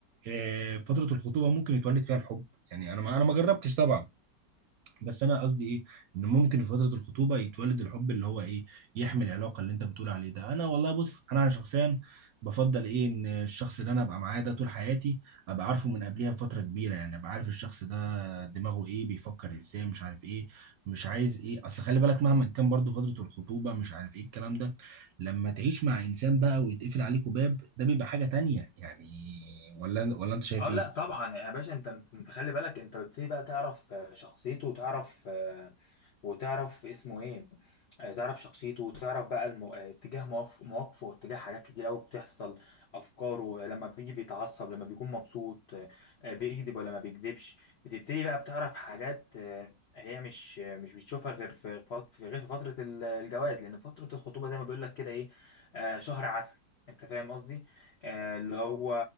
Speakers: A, on the right; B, on the left.
A: آه، فتره الخطوبه ممكن يتولد فيها الحب يعني انا ما انا ما جربتش طبعا بس انا قصدي ايه ان ممكن في فتره الخطوبه يتولد الحب اللي هو ايه يحمل العلاقه اللي انت بتقول عليه ده انا والله بص انا شخصيا بفضل ايه ان الشخص اللي انا ابقى معاه ده طول حياتي ابقى عارفه من قبلها بفتره كبيره يعني ابقى عارف الشخص ده دماغه ايه بيفكر ازاي مش عارف ايه مش عايز ايه اصل خلي بالك مهما كان برضو فتره الخطوبه مش عارف ايه الكلام ده لما تعيش مع انسان بقى ويتقفل عليكوا باب ده بيبقى حاجه تانية يعني ولا ولا انت شايف
B: اه لا
A: ايه
B: طبعا يا باشا انت انت خلي بالك انت بتبتدي بقى تعرف آه، شخصيته وتعرف وتعرف اسمه ايه آه، تعرف شخصيته وتعرف بقى المو... آه، اتجاه مواف- مواقفه واتجاه حاجات كتير قوي بتحصل افكاره آه، لما بيجي بيتعصب لما بيكون مبسوط آه، آه، بيكذب ولا ما بيكذبش بتبتدي بقى بتعرف حاجات آه، هي مش آه، مش بتشوفها غير في فت- في- غير في فترة ال- الجواز لأن فترة الخطوبة زي ما بيقول لك كده ايه آه، شهر عسل انت فاهم قصدي آه، اللي هو